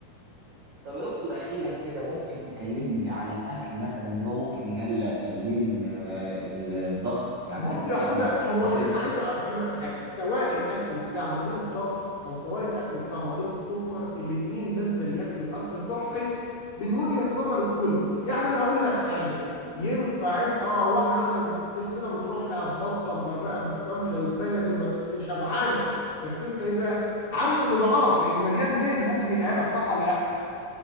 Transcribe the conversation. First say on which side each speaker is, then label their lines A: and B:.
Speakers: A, on the right; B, on the left.
A: طب يا دكتور اخيرا كده ممكن تكلمني عن الاكل مثلا ان هو ممكن يقلل من آه، الضغط يعني
B: بص
A: اكل
B: يا
A: اكله
B: حوده هو
A: يخلي
B: انا عايز افهمك حاجه سواء الاكل بتاع مريض الضغط او سواء الاكل بتاع مريض السكر الاثنين لازم ياكلوا اكل صحي من وجهه نظر الكل يعني انا هقول لك حاجه ينفع إن- اه واحنا مثلا نفسنا بتروح لها بطه مغرقه بالسمنه البلدي بس شبعانه بس انت ايه بقى عارف ان ده غلط لان مليان دهن ممكن يتعبك صح ولا لا